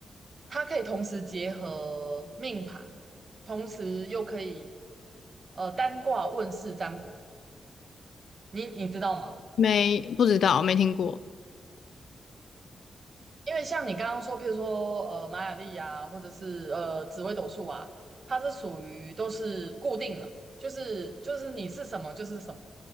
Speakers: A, on the right (about 35°); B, on the left (about 65°).
A: 它可以同时结合命盘，同时又可以呃单卦问世占卜。你你知道吗？
B: 没，不知道，没听过。
A: 因为像你刚刚说，譬如说呃玛雅历啊，或者是呃紫微斗数啊，它是属于都是固定的，就是就是你是什么就是什么，